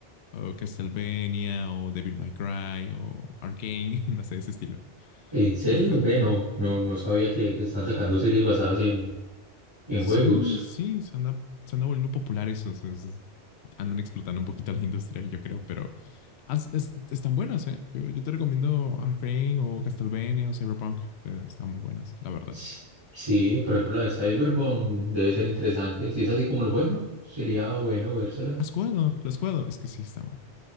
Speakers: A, on the left (about 70°); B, on the right (about 20°).
A: o Castlevania o Devil May Cry o Arcane, <laughs> no sé, ese estilo.
B: ¿En serio?
A: No sé si has
B: Bueno,
A: visto.
B: no, no no sabía que están sacando series basadas en, en
A: Sí,
B: juegos.
A: sí, se anda, se anda volviendo popular esos, esos. Andan explotando un poquito la industria, yo creo, pero as- es- están buenas, ¿eh? Yo, yo te recomiendo Arcane o Castlevania o Cyberpunk. eh, están muy buenas, la verdad.
B: S- Sí, por ejemplo, la de Cyberpunk debe ser interesante. Si es así como el juego, sería bueno vérsela.
A: ¿Has jugado? ¿Lo has jugado? Es que sí, está bueno.